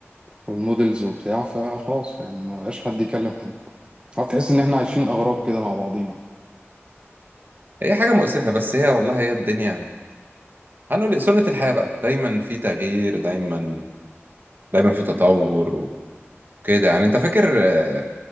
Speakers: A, on the right (about 25°); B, on the right (about 45°).
A: والمودلز وبتاع فخلاص يعني ما بقاش حد يكلم حد هتحس ان احنا عايشين اغراب كده مع بعضينا
B: هي حاجه مؤسفه بس هي والله هي الدنيا هنقول إيه، سنه الحياه بقى دايما في تغيير دايما دايما في تطور وكده يعني انت فاكر آه،